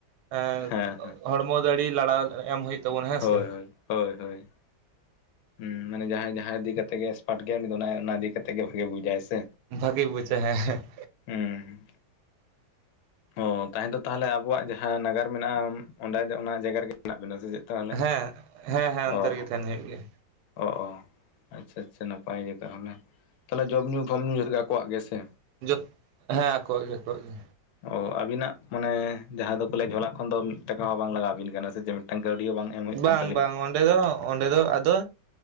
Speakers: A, on the right; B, on the left.
A: <unintelligible>
B: ᱦᱮᱸ ᱦᱮᱸ
A: ᱦᱚᱲᱢᱚ ᱫᱟᱲᱮ ᱞᱟᱲᱟᱣ ᱮᱢ ᱦᱩᱭᱩᱜ ᱛᱟᱵᱚᱱᱟ ᱦᱮᱸ
B: ᱦᱳᱭ
A: ᱥᱮ
B: ᱦᱳᱭ ᱦᱳᱭ ᱦᱳᱭ᱾ ᱦᱩᱸ ᱢᱟᱱᱮ ᱡᱟᱦᱟᱸᱭ ᱡᱟᱦᱟᱸ ᱤᱫᱤ ᱠᱟᱛᱮᱜ ᱜᱮ ᱮᱠᱥᱯᱟᱴ ᱜᱮᱭᱟ ᱩᱱᱤ ᱫᱚ ᱚᱱᱟ ᱤᱫᱤ ᱠᱟᱛᱮᱜ ᱜᱮ ᱵᱷᱟᱜᱮ ᱵᱩᱡᱟᱭ ᱥᱮ᱾
A: ᱵᱷᱟᱜᱮᱭ ᱵᱩᱡᱷᱟᱜ ᱦᱮᱸ᱾
B: ᱦᱮᱸ᱾
A: <unintelligible>
B: ᱚ ᱛᱟᱦᱮᱸ ᱫᱚ ᱛᱟᱦᱚᱞᱮ ᱟᱵᱚᱣᱟᱜ ᱡᱟᱦᱟᱸ ᱱᱟᱜᱟᱨ ᱢᱮᱱᱟᱜᱼᱟ ᱚᱸᱰᱮ ᱫᱚ ᱚᱱᱟ ᱡᱟᱭᱜᱟ ᱨᱮᱜᱮ ᱢᱮᱱᱟᱜ ᱵᱮᱱᱟ ᱥᱮ ᱪᱮᱫ? ᱛᱟᱦᱚᱞᱮ
A: ᱦᱮᱸ ᱦᱮᱸ ᱦᱮᱸ ᱚᱱᱛᱮ
B: ᱚ
A: ᱨᱮᱜᱮ ᱛᱟᱦᱮᱱ ᱦᱩᱭᱩᱜ ᱜᱮᱭᱟ᱾
B: ᱚ ᱻᱚ ᱟᱪᱪᱷᱟ ᱟᱪᱪᱷᱟ ᱱᱟᱯᱟᱭ ᱜᱮ ᱛᱟᱦᱚᱞᱮ, ᱛᱟᱦᱚᱞᱮ ᱡᱚᱢᱼ ᱧᱩ ᱠᱚᱢᱼ ᱧᱩ ᱡᱚᱛᱚ ᱜᱮ ᱟᱠᱚᱣᱟᱜ ᱜᱮᱥᱮ?
A: ᱡᱚᱛ <unintelligible> ᱦᱮᱸ ᱟᱠᱚᱣᱟᱜ ᱜᱮ ᱟᱠᱚᱣᱟᱜ ᱜᱮ᱾
B: ᱚ ᱟᱵᱤᱱᱟᱜ ᱢᱟᱱᱮ ᱡᱟᱦᱟᱸ ᱫᱚ ᱯᱟᱞᱮ ᱡᱷᱚᱞᱟ ᱠᱷᱚᱱ ᱫᱚ ᱢᱤᱫ ᱴᱟᱠᱟ ᱦᱚᱸ ᱵᱟᱝ ᱞᱟᱜᱟᱣᱵᱤᱱ ᱠᱟᱱᱟ ᱥᱮ ᱪᱮᱫ ᱵᱤᱱ <unintelligible> ᱠᱟᱹᱣᱰᱤ ᱵᱟᱝ ᱮᱢ ᱦᱩᱭᱩᱜ ᱠᱟᱱ
A: ᱵᱟᱝ
B: ᱛᱟᱵᱤᱱᱟ
A: ᱵᱟᱝ ᱚᱸᱰᱮ ᱫᱚ ᱚᱸᱰᱮ ᱫᱚ ᱟᱫᱚ